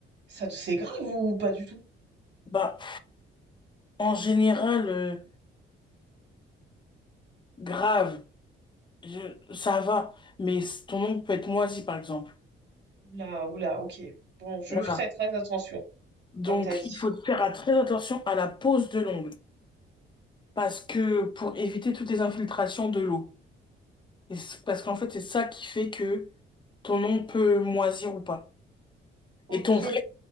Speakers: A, on the right; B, on the left.
A: ça c'est grave ou pas du tout?
B: bah, en général, euh, grave, je- ça va, mais c- ton ongle peut être moisi, par exemple.
A: Là, oula, oula, ok. Bon, je
B: Voilà.
A: ferai très attention,
B: Donc,
A: comme t'as dit.
B: il faut faire à- très attention à la pose de l'ongle, parce que pour éviter toutes les infiltrations de l'eau. Et c- Parce qu'en fait, c'est ça qui fait que ton ongle peut moisir ou pas.
A: Ok,
B: Et ton vrai